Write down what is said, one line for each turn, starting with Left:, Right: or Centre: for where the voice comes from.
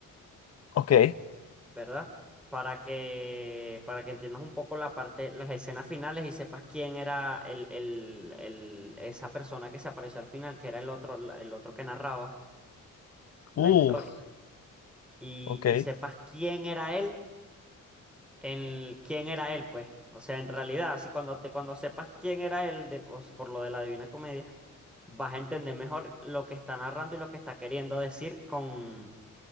Left: Ok.
Centre: ¿verdad? Para que, para que entiendas un poco la parte, las escenas finales y sepas quién era el, el, el- esa persona que se apareció al final, que era el otro, el otro que narraba la
Left: Uf,
Centre: historia, y,
Left: ok.
Centre: y sepas quién era él en quién era él, pues. O sea, en realidad, así cuando te, cuando sepas quién era él, de- o sea, por lo de la Divina Comedia, vas a entender mejor lo que está narrando y lo que está queriendo decir con